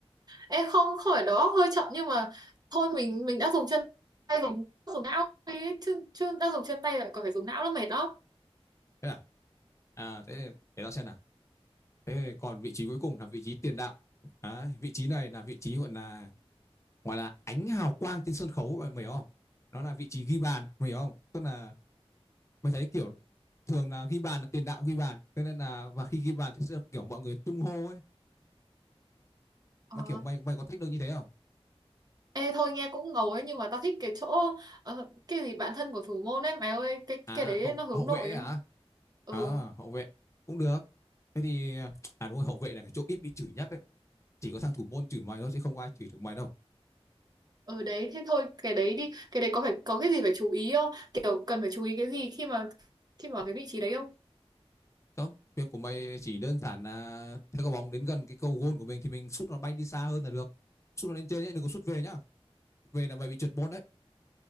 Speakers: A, on the right (about 40°); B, on the left (about 30°).
A: Ê không, không phải đầu óc hơi chậm nhưng mà thôi mình mình đã dùng chân tay dùng dùng não đi chứ chứ đã dùng chân tay lại còn phải dùng não nó mệt đó.
B: thế à à thế để tao xem nào Thế còn vị trí cuối cùng là vị trí tiền đạo. Đấy, vị trí này là vị trí gọi là gọi là ánh hào quang trên sân khấu bạn mày hiểu không? Nó là vị trí ghi bàn, mày hiểu không? Tức là mày thấy kiểu thường là ghi bàn là tiền đạo ghi bàn, thế nên là và khi ghi bàn thì sẽ kiểu mọi người tung hô ấy.
A: Ờ,
B: Mà kiểu mày mày có thích được như thế không?
A: Ê thôi nghe cũng ngầu ấy nhưng mà tao thích cái chỗ ờ, cái gì bạn thân của thủ môn ấy mày ơi cái
B: À
A: cái đấy
B: hậu
A: nó hướng
B: hậu vệ
A: nội á.
B: hả?
A: Ừ
B: À hậu vệ cũng được. Thế thì à đúng rồi, hậu vệ là cái chỗ ít bị chửi nhất đấy. Chỉ có thằng thủ môn chửi mày thôi chứ không ai chửi được mày đâu.
A: ừ đấy thế thôi cái đấy đi cái đấy có phải có cái gì phải chú ý không kiểu cần phải chú ý cái gì khi mà khi mà cái vị trí đấy không
B: Không, việc của mày chỉ đơn giản là thấy quả bóng đến gần cái cầu goal của mình thì mình sút nó bay đi xa hơn là được. Sút nó lên trên nhé, đừng có sút về nhá. Về là mày bị trượt môn đấy.